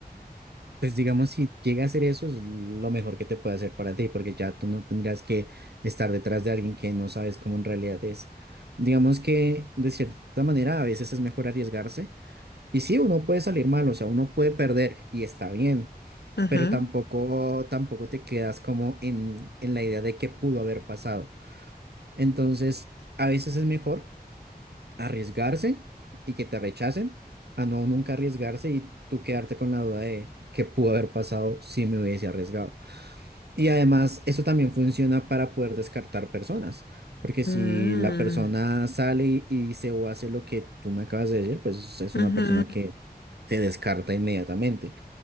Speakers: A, on the right; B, on the left.
A: Pues digamos, si llega a ser eso, es lo mejor que te puede hacer para ti, porque ya tú no tendrías que estar detrás de alguien que no sabes cómo en realidad es. Digamos que de cierta manera a veces es mejor arriesgarse. Y sí, uno puede salir mal, o sea, uno puede perder y está bien.
B: Ajá.
A: pero tampoco, tampoco te quedas como en, en la idea de qué pudo haber pasado. Entonces, a veces es mejor arriesgarse y que te rechacen, a no nunca arriesgarse y tú quedarte con la duda de qué pudo haber pasado si me hubiese arriesgado. Y además, eso también funciona para poder descartar personas. Porque si
B: Mm.
A: la persona sale y y dice o hace lo que tú me acabas de decir, pues es
B: Ajá,
A: una persona que se descarta inmediatamente.